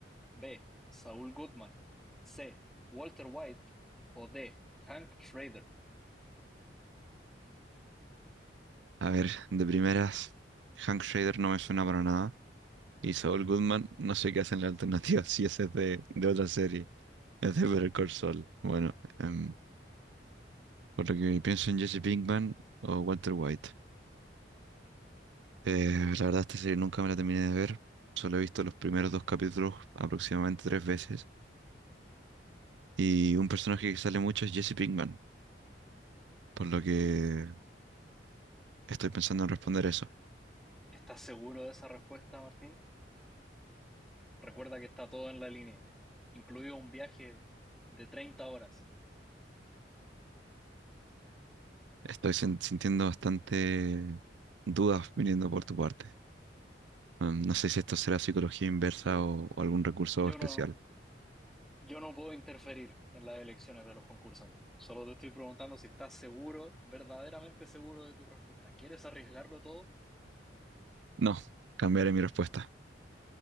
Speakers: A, in the centre; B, on the right (about 75°).
A: B. Saul Goodman. C. Walter White. O D. Hank Schrader.
B: A ver, de primeras, Hank Schrader no me suena para nada. Y Saul Goodman, no sé qué hacen la alternativa si ese es de, de otra serie. Es de Better Call Saul. Bueno, em, por lo que pienso en Jesse Pinkman o Walter White. Eh, la verdad, esta serie nunca me la terminé de ver. Solo he visto los primeros dos capítulos aproximadamente tres veces. Y un personaje que sale mucho es Jesse Pinkman, por lo que estoy pensando en responder eso.
A: ¿Estás seguro de esa respuesta, Martín? Recuerda que está todo en la línea, incluido un viaje de 30 horas.
B: Estoy sin- sintiendo bastante dudas viniendo por tu parte. Um, no sé si esto será psicología inversa
A: Yo,
B: o, o algún recurso
A: yo
B: especial.
A: no, yo no puedo interferir en las elecciones de los concursantes. Solo te estoy preguntando si estás seguro, verdaderamente seguro de tu respuesta. ¿Quieres arriesgarlo todo?
B: No, cambiaré mi respuesta.